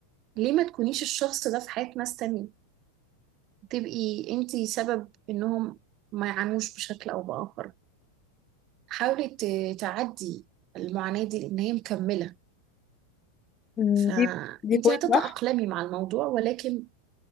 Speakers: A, on the right; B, on the left.
A: ليه ما تكونيش الشخص ده في حياة ناس تانية تبقي انتي سبب انهم ما يعانوش بشكل او بآخر حاولي ت- تعدي المعاناة دي لان هي مكملة
B: مم،
A: فانتي
B: دي دي بوينت
A: هتتأقلمي
B: صح
A: مع الموضوع ولكن